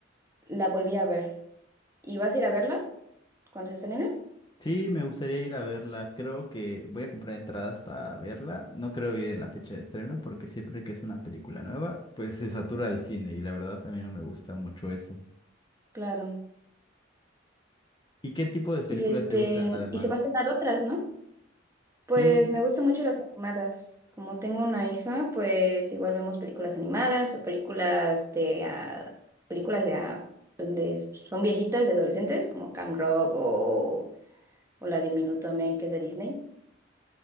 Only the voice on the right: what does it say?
la volví a ver. ¿Y vas a ir a verla cuando se estrene?
Claro.
Y este,
y se va a estrenar otras, ¿no?
Pues me gustan mucho las animadas. Como tengo una hija, pues igual vemos películas animadas o películas de ah, películas de ah, donde son viejitas de adolescentes, como Camp Rock o, o la de Minutemen, que es de Disney.